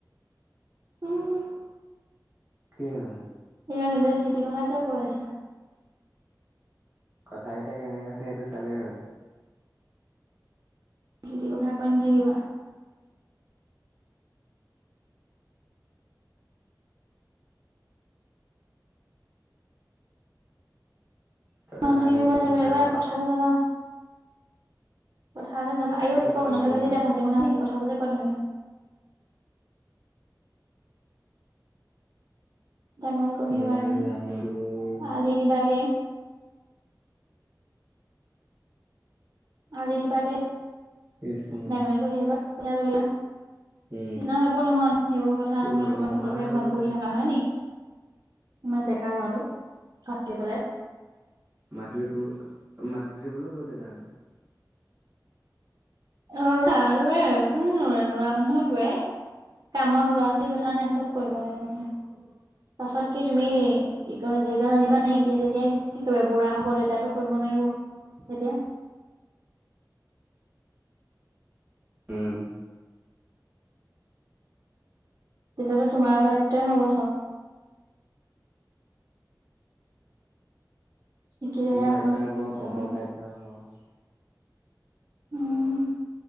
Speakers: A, on the right; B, on the right.
A: উম।
B: কি নো
A: সেয়া নিজে যি তি কথা কিয় কৈ আছা?
B: কথাকেইটা কেনেকে কৈছা সেইটো চালেই হ'ল।
A: যি টি কথা কৈ নেথাকিবা।
B: তহঁতৰ
A: মাতিব
B: ভাজি সোপা
A: আহিব,
B: গোন্ধালে
A: এইবাৰ
B: আৰু।
A: পথাৰলে যাবা। থাৰলে যাব আই
B: তুমিও
A: ঐ ঠিকক
B: যাম
A: নাথাকে
B: আকৌ মই
A: যেতিয়া ভাজি বনাও নেকি? কথা বুজা কয় তুমিয়ো ডাঙৰি কুঁহিয়া
B: মই
A: বাঙে,
B: যাম তোৰ
A: আলিৰ দিবাগে। আলি দিবাগে।
B: কৃষ্ণ
A: নাঙৰি বাহি এবা পথাৰ <unintelligible> ন
B: উম।
A: সেইবোৰ নহয়, সেইবোৰ কথা
B: ক'ত
A: নহয়
B: ল'ব
A: তোমাৰ
B: মৰণা
A: পুতিবাই
B: মাৰিব
A: ঘৰত
B: কৈ
A: বহি
B: দে
A: থকা হয় নি ইমান ডেকা ল'ৰাটো কাটি পেলাই
B: মাতৃ বোলো মাতৃ বুলো ক'ত দেউতাহঁতে
A: অ ৰবা আৰু এ <unintelligible> কোনেনো ৰোৱে লৰা মানুহে ৰোৱে কামত ল'ৰা ছোৱালীৰ কথা নাই চব কৰিব লাগে মানুহে। পাছত কি তুমি কি কয় যে এতিয়া জানিবা নাইকিয়া যেতিয়া কি কৰিবা বুঢ়া হব তেতিয়াটো কৰিব নোৱাৰিব তেতিয়া
B: উম।
A: তেতিয়াতো তোমাৰ দায়িত্বই হব চব শিকিলেহে
B: মোৰ
A: অকমান
B: দায়িত্ব
A: কথা
B: হ'ব কম্
A: হয়
B: দায়িত্ব হ'ব।
A: উম,